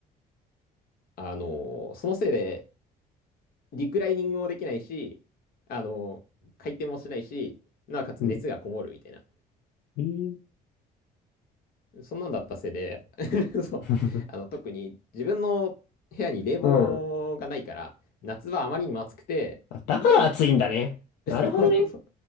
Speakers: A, on the left (about 60°); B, on the left (about 80°).
A: あの、そのせいで、リクライニングもできないし、あの、回転もしないし、なおかつ熱がこもるみたいな。
B: うん。えー
A: そんなんだったせいで、<laughs> そう、
B: <laughs>
A: あの、特に自分の部屋に冷房がないから、
B: うん。
A: 夏はあまりにも暑くて、
B: あだから暑いんだね。
A: で、
B: なるほどね。
A: <laughs> そうそう